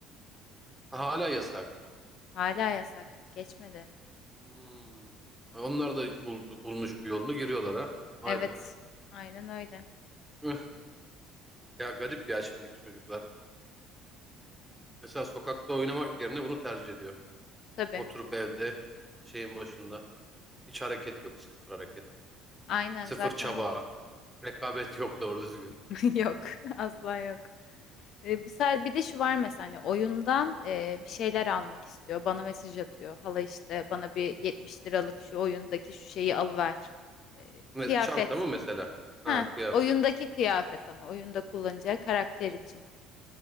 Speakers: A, in the centre; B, on the left.
A: Hala yasak.
B: Hala yasak. Geçmedi.
A: Hmm. Onlar da bul- bulmuş bir yolunu giriyorlar ha. Vay
B: Evet.
A: be.
B: Aynen öyle.
A: Üh. Ya garip ya şimdiki çocuklar. Mesela sokakta oynamak yerine bunu tercih ediyor.
B: Tabii.
A: Oturup evde şeyin başında. Hiç hareket yok. Sıfır hareket.
B: Aynen
A: Sıfır
B: zaten
A: çaba. Rekabet yok doğru düzgün.
B: <laughs> yok. Asla yok. E, Bir, sa- bir de şu var mesela hani oyundan e, bir şeyler almak istiyor. Bana mesaj atıyor. Hala işte bana bir 70 liralık şu oyundaki şu şeyi alıver. E,
A: Ve
B: kıyafet.
A: Çanta mı mesela? Ha
B: Ha,
A: kıyafet.
B: oyundaki kıyafet ama oyunda kullanacağı karakter için.